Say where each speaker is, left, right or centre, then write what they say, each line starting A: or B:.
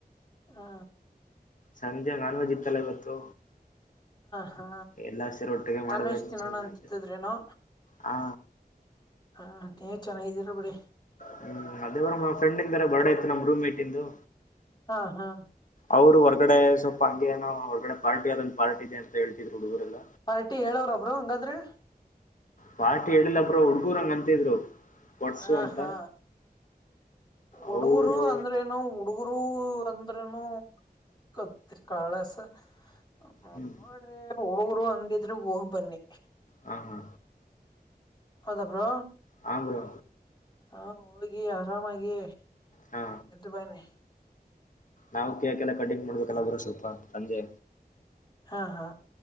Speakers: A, on the left (about 30°); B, on the left (about 50°).
A: ಹಾ
B: ಸಂಜೆ ನಾನ್ವೆಜ್ ಇತ್ತಲ್ಲ ಇವತ್ತು
A: ಹ ಹಾ
B: ಎಲ್ಲಾ ಸೇರಿ ಒಟ್ಟಿಗೆ
A: ನಾನ್ವೆಜ್
B: ಮಾಡ್ಬೇಕು
A: ತಿನ್ನೋಣ
B: ಸುಮ್ನೆ
A: ಅಂತ್ತಿದ್ರೇನೋ
B: ಅದೇ ಹಾ
A: ಹ ನೀವ್ ಚೆನ್ನಗಿದ್ದೀರ ಬಿಡಿ
B: ಹ್ಮ್ ಅದೇವ ನಮ್ಮ ಫ್ರೆಂದ ಬರ್ಡೇ ಇತ್ತು ನಮ್ಮ್ ರೂಮ್ಮೆಟ್ ಇಂದು
A: ಹಾ ಹಾ
B: ಅವ್ರು ಹೊರ್ಗಡೆ ಸ್ವಲ್ಪ ಹಂಗೆೇಏನೋ ಹೊರ್ಗಡೆ ಪಾರ್ಟಿ ಅದ್ ಪಾರ್ಟಿ ಇದೆ ಅಂತ ಹೇಳ್ತಿದ್ರು ಹುಡುಗುರೆಲ್ಲ
A: ಪಾರ್ಟಿ ಹೇಳವ್ರಬ್ರು ಹಂಗಾದ್ರೆ
B: ಪಾರ್ಟಿ ಹೇಳಿಲ್ಲ ಬ್ರೋ ಹುಡ್ಗೂರು ಹಂಗ ಅಂತಿದ್ರು ಕೊಡ್ಸು
A: ಹ
B: ಅಂತ
A: ಹಾ ಹುಡುಗರು
B: ಅವರು
A: ಅಂದ್ರೇನು ಹುಡುಗರು ಅಂದ್ರನು ಕತ್ತ ಕಾಳಸ <unintelligible>
B: ಹ್ಮ್
A: ನಡ್ರಿ ಹುಡುಗರು ಅಂದಿದ್ರೆ ಹೋಗ್ ಬನ್ನಿ
B: ಹಾ ಹಾ
A: ಹೌದ ಬ್ರೋ
B: ಹಾ ಬ್ರೋ
A: ಹಾ ಹೋಗಿ ಆರಾಮಾಗಿ
B: ಹಾ
A: ಇದು ಬನ್ನಿ
B: ನಾವು ಕೇಳಕೆಲ್ಲ ಕಟಿಂಗ್ ಮಾಡ್ಬೇಕಲ್ಲ ಬ್ರೋ ಸ್ವಲ್ಪ ಸಂಜೆ
A: ಹಾ ಹಾ